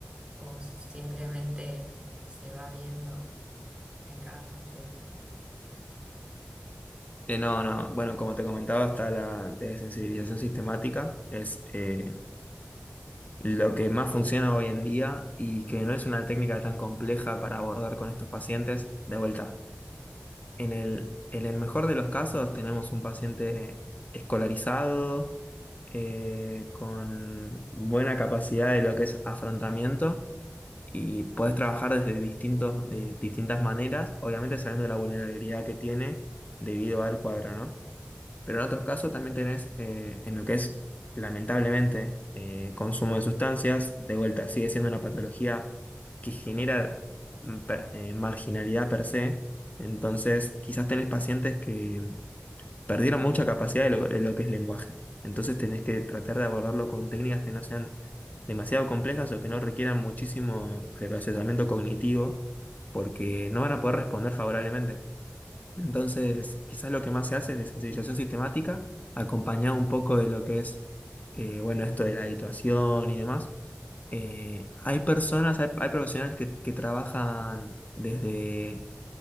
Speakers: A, on the right; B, on the left.
A: o simplemente se va viendo en cada consulta?
B: Eh, no, no, bueno, como te comentaba, está la desensibilización sistemática, es eh, lo que más funciona hoy en día y que no es una técnica tan compleja para abordar con estos pacientes. De vuelta, En el, en el mejor de los casos tenemos un paciente escolarizado, eh, con buena capacidad de lo que es afrontamiento y puedes trabajar desde distintos, de distintas maneras, obviamente sabiendo la vulnerabilidad que tiene debido al cuadro, ¿no? Pero en otros casos también tenés eh, en lo que es, lamentablemente, eh, consumo de sustancias, de vuelta sigue siendo una patología que genera mm, per- eh, marginalidad per se. Entonces, quizás tenés pacientes que perdieron mucha capacidad de lo, de lo que es lenguaje. Entonces, tenés que tratar de abordarlo con técnicas que no sean demasiado complejas o que no requieran muchísimo procesamiento cognitivo, porque no van a poder responder favorablemente. Entonces, quizás lo que más se hace es de sensibilización sistemática, acompañado un poco de lo que es, eh, bueno, esto de la habituación y demás. Eh, hay personas, hay, hay profesionales que, que trabajan desde